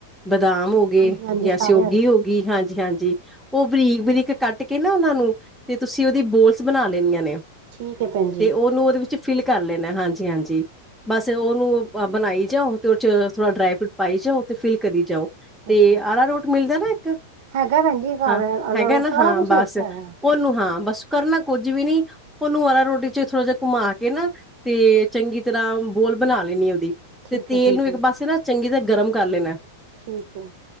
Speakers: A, in the centre; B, on the right (about 55°).
A: ਬਦਾਮ ਹੋ ਗਏ
B: ਹਾਂਜੀ ਹਾਂਜੀ
A: ਜਾਂ
B: ਸਾਰੇ
A: ਸਿਓਗੀ ਹੋ ਗਈ ਹਾਂਜੀ ਹਾਂਜੀ ਉਹ ਬਰੀਕ ਬਰੀਕ ਕੱਟ ਕੇ ਨਾ ਤੁਹਾਨੂੰ ਤੇ ਤੁਸੀਂ ਉਹਦੀ ਬੋਲਸ ਬਣਾ ਲੈਣੀਆਂ ਨੇ
B: ਠੀਕ ਹੈ ਭੈਣ ਜੀ
A: ਤੇ ਉਹਨੂੰ ਉਹਦੇ ਵਿੱਚ ਫਿਲ ਕਰ ਲੈਣਾ ਹਾਂਜੀ ਹਾਂਜੀ ਬਸ ਉਹਨੂੰ ਬਣਾਈ ਜਾਓ ਅਤੇ ਉਹਦੇ 'ਚ ਥੋੜ੍ਹਾ ਡਰਾਈ ਫਰੂਟ ਪਾਈ ਜਾਓ, ਤੇ ਫਿਲ ਕਰੀ ਜਾਓ ਤੇ
B: ਅੱਛਾ
A: ਆਲਾ ਰੋਟ ਮਿਲਦਾ ਨਾ ਇੱਕ
B: ਹੈਗਾ ਭੈਣ ਜੀ ਘਰ
A: ਹਾਂ
B: ਅਰਾਰੋਟ
A: ਹੈਗਾ ਨਾ।
B: ਸਾਰਾ
A: ਹਾਂ!
B: ਕੁਛ
A: ਬਸ
B: ਰੱਖਿਆ ਹੋਇਆ
A: ਉਹਨੂੰ ਹਾਂ ਬਸ ਕਰਨਾ ਕੁਝ ਜਿਵੇ ਨੀ। ਉਹਨੂੰ ਨਾ ਆਰਾਰੋਤ ਚ ਥੋੜਾ ਜਿਹਾ ਘੁੰਮਾ ਕੇ ਨਾ ਤੇ ਚੰਗੀ ਤਰ੍ਹਾਂ ਬੋਲ ਬਣਾ ਲੈਣੀ ਉਹਦੀ।
B: ਠੀਕ
A: ਤੇ ਤੇਲ
B: ਹੈ ਠੀਕ
A: ਨੂੰ
B: ਹੈ
A: ਇੱਕ ਪਾਸੇ ਨਾ ਚੰਗੀ ਤਰ੍ਹਾਂ ਗਰਮ ਕਰ ਲੈਣਾ।
B: ਠੀਕ ਹੈ